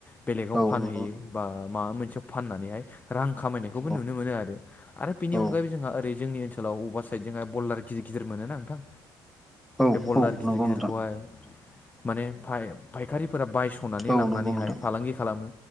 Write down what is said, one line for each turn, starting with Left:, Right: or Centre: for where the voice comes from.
Left: बेलेगाव
Centre: औ
Left: फानहैयो
Centre: नंगौ
Left: बा मा मोनसे फाननानैहाय रां खामायनायखौबो
Centre: औ
Left: नुनो मोनो आरो। आरो बेनि
Centre: औ
Left: अनगायैबो जोंहा ओरै जोंनि ओनसोलाव अबेबा साइड जोंहा बलार गिदिर गिदिर मोनोना नोंथां
Centre: औ
Left: बे बल्दार
Centre: औ
Left: गिदिर
Centre: नंगौ
Left: गिदिरखौहाय
Centre: नोंथां
Left: माने फाय-फायखारिफोरा बायस' हनानै
Centre: औ
Left: लांनानैहाय
Centre: नंगौ नोंथां
Left: फालांगि खालामो